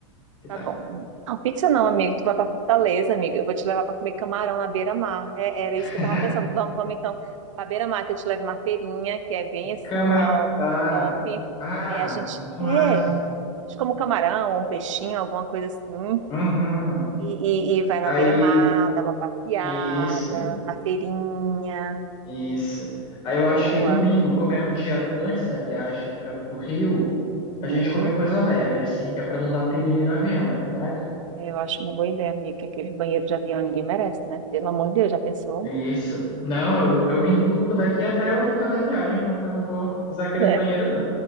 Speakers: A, on the left; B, on the right.
A: Que
B: Tá
A: tal?
B: bom. Não, pizza não, amigo. Tu vai pra Fortaleza, amiga. Eu vou te levar pra comer camarão na beira-mar. É- era isso que eu
A: <laughs>
B: tava pensando. Vamos, vamos então pra beira-mar, que eu te levo na feirinha, que é bem assim,
A: Cama.
B: ó,
A: Ah,
B: top.
A: ah,
B: Aí a gente,
A: muito
B: é,
A: massa.
B: a gente come um camarão, um peixinho, alguma coisa assim.
A: Uhum.
B: E, e- e vai na
A: Aí,
B: beira-mar, dá uma passeada,
A: isso.
B: na feirinha.
A: Isso. Aí eu acho
B: Boa.
A: que domingo, como é um dia antes da viagem para o Rio,
B: Uhum.
A: a gente come coisa leve, assim, que é para não dar piriri no avião, não é verdade?
B: É, Eu acho uma boa ideia, amiga, que aquele banheiro de avião ninguém merece, né? Pelo amor de Deus, já pensou?
A: Isso. Não, eu, eu me entupo daqui até o final da viagem, porque eu não vou usar aqueles
B: Né?
A: banheiros, não.